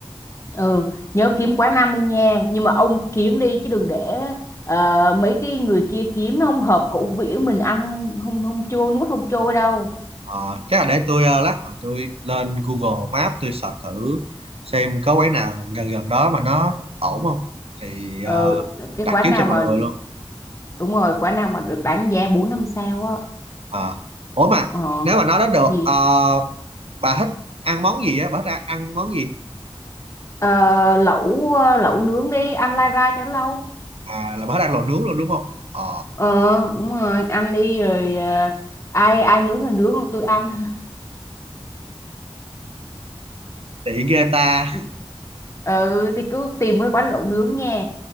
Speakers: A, on the left (about 30°); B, on the right (about 70°).
A: ừ nhớ kiếm quán năm đi nha nhưng mà ông kiếm đi chứ đừng để ờ, mấy cái người kia kiếm nó không hợp khẩu vị của mình ăn không không không trôi nuốt không trôi đâu
B: Ờ, chắc là để tôi ờ, lát hồi tôi lên Google Maps tôi search thử xem có quán nào gần gần đó mà nó ổn không thì
A: ờ,
B: ờ,
A: cái
B: đặt
A: quán
B: trước
A: nào
B: cho mọi
A: mà
B: người luôn
A: đúng rồi quán nào mà được bán giá bốn năm sao á
B: Ờ. ủa mà
A: ờ
B: nếu mà nói đến được
A: gì
B: ờ, bà thích ăn món gì á bà thích ăn, ăn món gì
A: Ờ, lẩu ờ, lẩu nướng đi ăn lai ra cho nó lâu
B: à là bà thích ăn lẩu nướng luôn đúng không ờ
A: ờ đúng rồi ăn đi rồi ờ, ai ai nướng thì nướng còn tôi ăn
B: tiện ghê ta
A: <laughs> ừ thì cứ tìm cái quán lẩu nướng nha